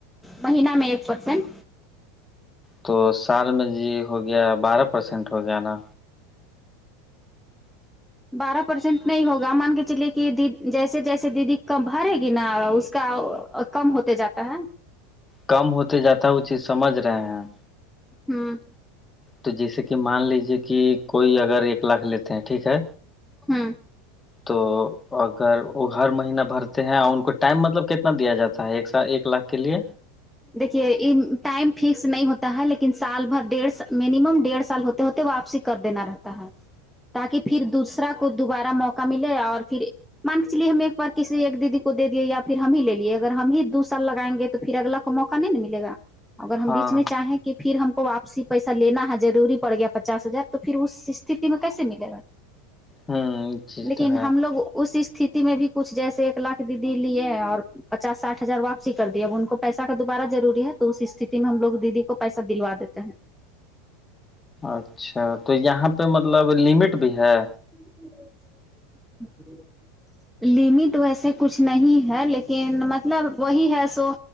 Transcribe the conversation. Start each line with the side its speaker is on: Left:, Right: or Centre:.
Centre: مہینہ میں ایک پرسینٹ
Left: تو سال میں جی ہو گیا بارہ پرسینٹ ہو گیا نا
Centre: بارہ پرسینٹ نہیں ہوگا مان کے چلیے کہ جیسے جیسے دیدی کبارے گی نا اس کا کم ہوتے جاتا ہے
Left: کم ہوتے جاتا ہے وہ چیز سمجھ رہے ہیں
Centre: ہمم
Left: تو جیسے کہ مان لیجیے کہ کوئی اگر ایک لاکھ لیتے ہیں ٹھیک ہے
Centre: ہاں
Left: تو اگر وہ ہر مہینہ بھرتے ہیں اور ان کو ٹائم مطلب کتنا دیا جاتا ہے ایک سر ایک لاکھ کے لیے
Centre: دیکے ٹائم فکس نہیں ہوتا ہے لیکن سال بھر ڈھ منیمم ڈیڑھ سال ہوتا ہوتے واپسی کر دینا رہتا ہے تاکہ پھر دوسرا کو دوبارہ موقع ملے اور پھر مان کے چلیے ہمیں ایک بار کسی ایک دیدی کو دے دیے یا پھر ہم ہی لے لیے اگر ہم ہی دو سال لگائیں گے تو پھر اگلا موقع نہیں ملے گا اگر ہم
Left: ہاں
Centre: بیچ میں چاہیں تو کہ پھر ہم کو واپسی پیسہ لینا ہے ضروری پڑ گیا پچاس ہزار تو پھر اس استھتی میں کیسے ملے گا
Left: ہوں چیز
Centre: لیکن
Left: تو ہے
Centre: ہم لوگ اس اس استیتھی میں بھی کچھ جیسے ایک لاکھ دیدی لیے اور پچاساٹھ ہزار واپسی کر دی اب ان کو پیسہ دوبارہ ضوری ہے تو استھتی میں ہم لگ دیدی کو پیسہ دلوا دیتے ہیں
Left: اچھا تو یہاں پہ مطلب لمٹ بھی ہے
Centre: <inaudible> لمٹ ویسے کچھ نہیں ہے لیکن مطلب وہی ہے سو